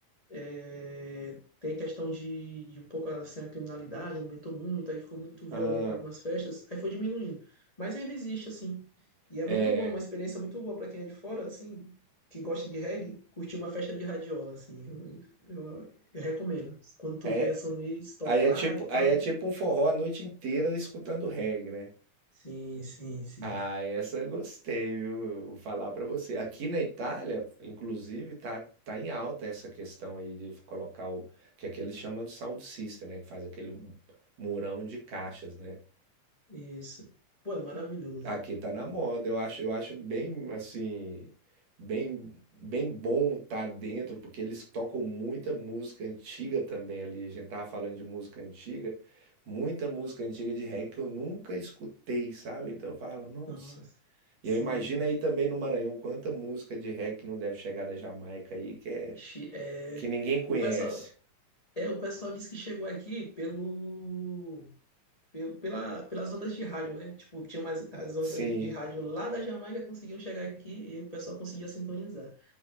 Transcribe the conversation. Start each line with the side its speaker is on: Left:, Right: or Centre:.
Left: é, tem a questão de, de um pouco assim a criminalidade aumentou muito, aí ficou muito violenta
Right: ah,
Left: algumas festas, aí foi diminuindo. Mas ainda existe assim. E é
Right: é,
Left: muito bom, uma experiência muito boa para quem é de fora, assim, que gosta de reggae, curtir uma festa de radiola, assim. Eu, eu, eu recomendo. Quando tu
Right: é,
Left: vier a São Luís tocar
Right: aí é tipo,
Left: e tal.
Right: aí é tipo um forró a noite inteira escutando reggae, né?
Left: Sim, sim, sim.
Right: Ah, essa eu gostei, viu? Vou falar pra você. Aqui na Itália, inclusive, tá, tá em alta essa questão aí de colocar o que aqui eles chamam de sound system, né? Que faz aquele murão de caixas, né?
Left: Isso. Pô, é maravilhoso.
Right: Aqui tá na moda. Eu acho, eu acho bem assim, bem, bem bom tá dentro, porque eles tocam muita música antiga também ali. A gente tava falando de música antiga, muita música antiga de reggae que eu nunca escutei, sabe? Então eu falava, nossa.
Left: Nossa.
Right: E
Left: Sim.
Right: eu imagino aí também no Maranhão quanta música de reggae que não deve chegar da Jamaica aí, que é
Left: Chi- É,
Right: que ninguém conhece.
Left: o pessoal, é, o pessoal disse que chegou aqui pelo, pelo pela, pelas ondas de rádio, né? Tipo, tinha umas as ondas
Right: Sim,
Left: de rádio lá da Jamaica conseguiam chegar aqui e o pessoal conseguia sintonizar.